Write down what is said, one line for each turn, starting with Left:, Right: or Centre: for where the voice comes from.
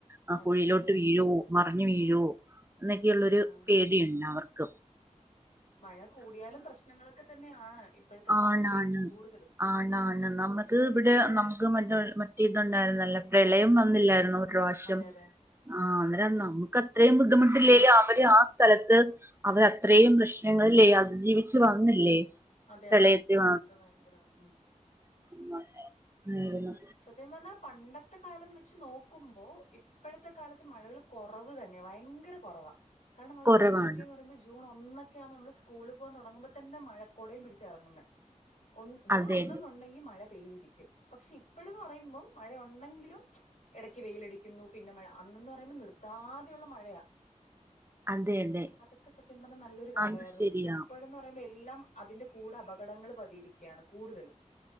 Right: ആ
Left: അതെ
Right: കുഴയിലോട്ട്
Left: അതെ അതെ
Right: വീഴ മറ അ വീഴു എന്നൊക്കെയുള്ളൊരു
Left: ആഹ്
Right: പേടിയുണ്ട് അവർ ിക്ക
Left: മഴ കൂടിയാലും പ്രശ്നങ്ങളൊക്കെ തന്നെ തന്നെയാണ് ഇപ്പോഴത്തെ കാലത്തെ
Right: ആണാണ്
Left: കൂടുതലും
Right: ആണാണ് നമ്മ ത് ഇവിടെ നമുക്ക് മറ്റ മറ്റേ ഇതുണ്ടായിരുന്നല്ല പ്രളയം വന്നില്ലായിരുന്നു പ്രാവശ്യം
Left: അതെ അതെ
Right: ആഹ അന്നേരംന്നോ നമുക്ക് അത്രയും ബുദ്ധിമുട്ടില്ലേല അവര് ആ സ്ഥലത്ത് അവര അത്രയും പ്രശ്നങ്ങളില്ലേ അത് ജീവിിച്ചു വന്നില്ലേ
Left: അതെ
Right: പ്രളയത്തിൽ
Left: അതെ അതൊക്കെ ഭയങ്കര ഉം
Right: ആ
Left: സത്യം പറഞ്ഞാൽ പണ്ടത്തെ കാലം വെച്ച് നോക്കുമ്പോ ഇപ്പോഴത്തെ കാലത്ത് മഴകൾ കുറവ് തന്നെയ ഭയങ്കര കുറവാ കാരണം നമ്മൾ
Right: കുറവാണ്
Left: പണ്ടോക്കെന്ന് പറയുമ്പോ ജൂൺ ഒന്നൊക്കെ ആവുമ്പോ നമ്മള് സ്കൂളിൽ പോകാൻ തുടങ്ങുമ്പോ തന്നെ കുടയും പിടിച്ച ഇറങ്ങുെന്നെ ഒ ജൂൺ
Right: അതെ
Left: ഒന്ന്
Right: അതെ
Left: എന്ന് ഉണ്ടെങ്കിൽ മഴ പെയ്തിരിക്കും പക്ഷെ അപ്പോഴന്ന് പറയുമ്പോ മഴയുണ്ടെങ്കിലും ഇടയ്ക്ക് വെയിലടിക്കുന്നു പിന്നെ മഴ അന്നെന്ന് പറന്നാ പറയുമ്പോ നിർത്താതെയുള്ള മഴയാ
Right: അതെ അതെ
Left: അതൊക്കെ സത്യം പറഞ്ഞ നല്ലൊരു കാലമായിരുന്നു
Right: അത് ശരിയാ
Left: പക്ഷെ ഇപ്പോഴെന്ന് പറയുമ്പോ എ എല്ലാം അതിന്റെ കൂടെ അപകടങ്ങൾ പതിയിരിക്കുകയാണ് കൂടുതലും